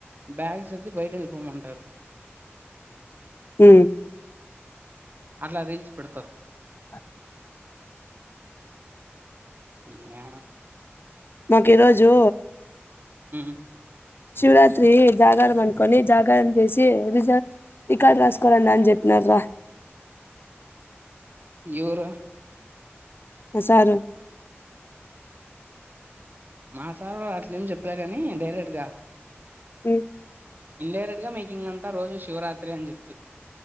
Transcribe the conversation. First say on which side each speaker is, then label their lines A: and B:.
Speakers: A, on the right; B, on the left.
A: బ్యాగ్స్ సర్ది బయట ఎళ్ళిపోమంటారు
B: ఊ
A: అట్లా రీల్స్ పెడతరు
B: ఆ
A: యా
B: మాకు ఈరోజు
A: ఉమ్
B: శివరాత్రి జాగారాం అనుకొని జా గరం చేసి రిజర్ రికార్డు రాసుకోరండ అని చెప్పినార రా
A: ఎవరా
B: అ సారు
A: మా సార్ అట్లే ఏమి చెప్పలే కాని డైరెక్ట్ గా
B: ఉమ్
A: ఇన్ డైరెక్ట్ గా మీకు ఇంకా రోజు షి శివరాత్రి అని చెప్పిర్రు